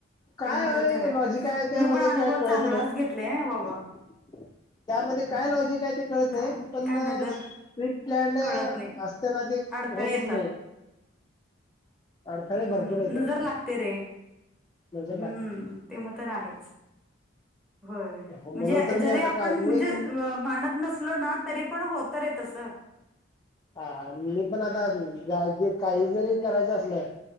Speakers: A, on the left; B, in the centre.
A: काय
B: ते मग तर खरं आहे
A: लॉजिकाय त्यामध्ये
B: मी पण अनुभव
A: का कत
B: चांगलाच
A: नाही
B: घेतलाय हं बाबा
A: त्यामध्ये काय लॉजिक काय ते कळत नाही
B: काय माहित
A: पण
B: काय नजर
A: डिप प्लॅन
B: कळत नाही
A: असताना ते
B: अडथळे
A: होतच
B: येतात
A: नाही अडथळे
B: हम्म
A: भरपूर येतात
B: नजर लागते रे
A: नजर
B: हम्म
A: लाग
B: ते मग तर आहेच होय म्हणजे
A: म्हणून तर मी
B: जरी
A: आता
B: आपण
A: काय मी
B: म्हणजे माणत नसलो ना, तरी पण होत रे तस.
A: हा आणि मी पण आताय जे काही जरी करायचं असलं